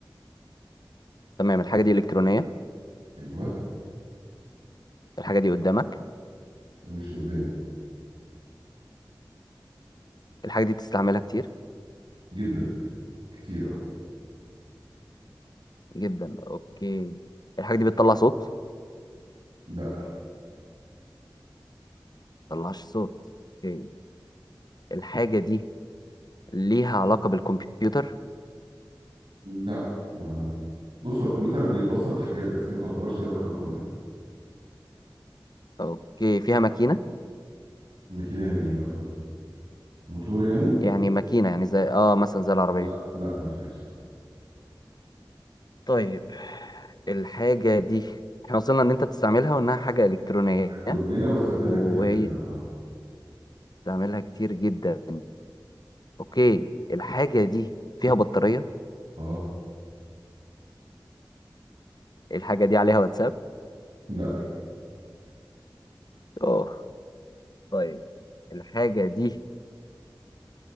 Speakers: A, on the left; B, on the right.
A: تمام الحاجه دي الكترونيه
B: ايوه
A: الحاجه دي قدامك
B: مش قدامي
A: الحاجه دي بتستعملها كتير
B: جدا كتير اه
A: جدا اوكي الحاجه دي بتطلع صوت
B: لا
A: طلعش صوت اوكي الحاجه دي ليها علاقه بالكمبيوتر
B: لا ما بص هو الكمبيوتر بيتوصل بحاجات بس هي ما تعتبرش لها علاقه بالكمبيوتر
A: اوكي فيها ماكينه
B: لكن يعني ايه قصدك موتور يعني
A: يعني ماكينه يعني زي اه مثلا زي العربيه
B: لا لا ما فيهاش لا
A: طيب الحاجة دي احنا وصلنا ان انت بتستعملها وانها حاجة الكترونية
B: الكترونيه وبستخدمها
A: وهي
B: كتير جدا اه
A: استعملها كتير جدا اوكي الحاجة دي فيها بطارية
B: اه
A: الحاجة دي عليها واتساب
B: لا
A: اوه طيب الحاجة دي